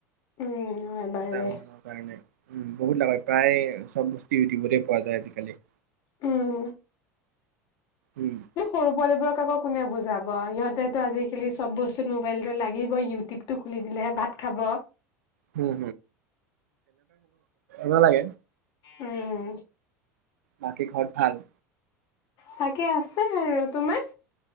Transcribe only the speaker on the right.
ডাঙৰ
মানুহৰ কাৰণে, উম বহুত হয় প্ৰায় চব বস্তু ইউটিউবতে পোৱা যায় আজিকা খালে
উম
হম নালাগে।
বাকী ঘৰত ভাল?